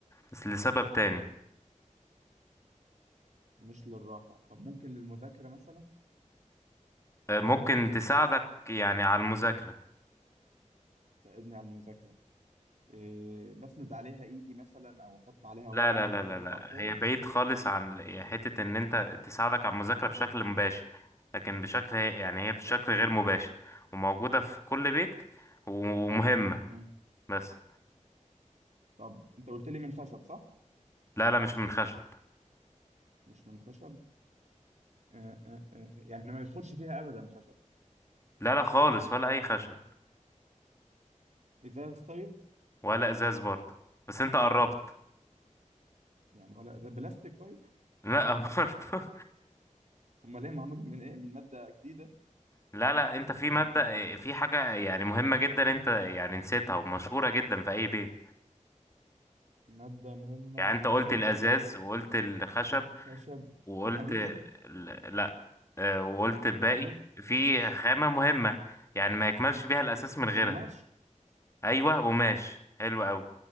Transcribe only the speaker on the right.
مش للراحة طب ممكن للمذاكرة مثلا
تساعدني على المذاكرة إيه، بسند عليها إيدي مثلا أو أحط عليها ورق
أو كتب
أو كده
مم.
مم.
طب أنت قلت لي من خشب صح؟
مش من خشب آه، آه، آه، آه، يعني ما يدخلش فيها أبدا خشب
إزاز طيب
يعني ولا إزاز- بلاستيك طيب
امال ايه معموله من ايه من ماده جديده
آه،
ماده مهمه
ونسيتها
ومشهوره
الخشب
الحديد
برضو
قماش